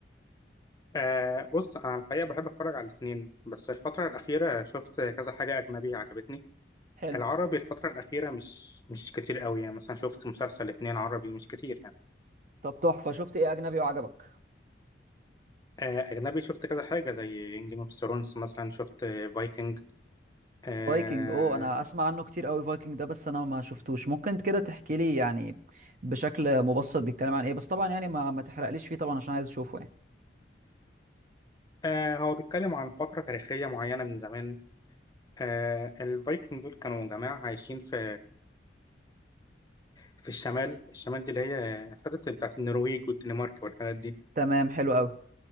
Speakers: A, on the left; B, on the right.
A: آه بص انا الحقيقه بحب اتفرج على الاثنين بس الفتره الاخيره شفت كذا حاجه اجنبي عجبتني
B: حلو
A: العربي الفتره الاخيره مش مش كتير قوي يعني مثلا شفت مسلسل اتنين عربي مش كتير يعني
B: طب تحفة شفت ايه اجنبي وعجبك
A: آه اجنبي شفت كذا حاجه زي جيم اوف ثرونز مثلا شفت فايكنج آه
B: فايكنج اوه انا اسمع عنه كتير قوي فايكنج ده بس انا ما شفتوش ممكن كده تحكي لي يعني بشكل مبسط بيتكلم عن ايه بس طبعا يعني ما ما تحرقليش فيه طبعا عشان عايز اشوفه يعني
A: آه هو بيتكلم عن فتره تاريخيه معينه من زمان آه الفايكنج دول كانوا جماعه عايشين في في الشمال الشمال دي اللي هي الحتت بتاعت النرويج والدنمارك والحاجات دي
B: تمام حلو قوي